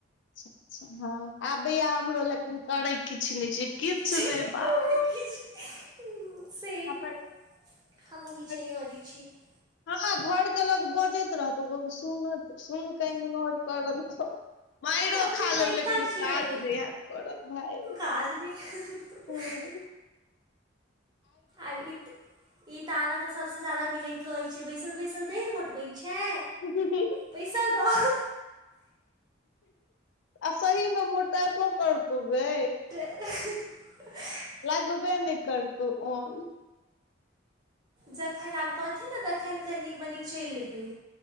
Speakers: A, on the left (about 65°); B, on the right (about 20°).
A: अच्छा अच्छा हँ आबैये हमरो लेकन करै किछु नहि छै किछ
B: <unintelligible>
A: नै बाप रे
B: किछ नै
A: हमर
B: सेम
A: हमर
B: <unintelligible>
A: दीदी हँ न घर के लो बजैत रहतौ सुन सुन क इग्नोर कदे मइरो
B: हमसभ
A: खा
B: तऽ
A: लेल
B: एतय
A: लेकिन
B: छियै
A: काज नहि हेत करल भाय
B: <unintelligible>
A: हूँ
B: आर ईत ई ताना तऽ सबस ज्यादा मिलैत रहे छै बैसल बैसल देह मोटबै छै
A: <inaudible>
B: बैसल रह
A: आ सही मे मोटेबो करतौ गै
B: <unintelligible>
A: लगबे नहि करतौ ओन
B: जखन आब कहथिन ने तखन क नीक मनी चैल लेबै